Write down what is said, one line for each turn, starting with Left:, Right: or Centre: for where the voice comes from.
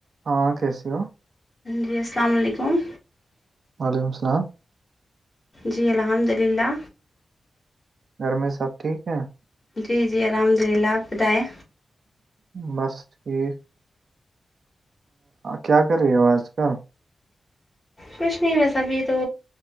Right: ہاں کیسی ہو
Left: جی السلام علیکم
Right: وعلیکم السلام
Left: جی الحمد للہ
Right: گھر میں سب ٹھیک ہے
Left: جی جی الحمد للہ آپ بتائیں
Right: بس ٹھیک کیا کر رہے ہو آج کل
Left: کچھ نہیں بس ابھی تو